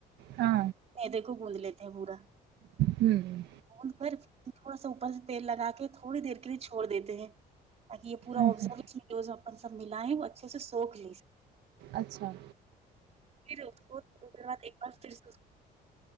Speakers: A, on the right (about 80°); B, on the right (about 40°).
A: ہاں
B: دے کو بوند ل ا بورا
A: ہوں
B: ا کر تھوڑا سا اپر تیل لگا کے تھوڑی دیر کے لیے چھوڑ دیتے ہیں ب یہ پورا
A: ایسا
B: آبزرو مڈو اپ سب ملایں وہ اچھے سے سوکھ لے سک
A: اچھا
B: پھر اس کوڑ دیر بعد ایک بار پھر س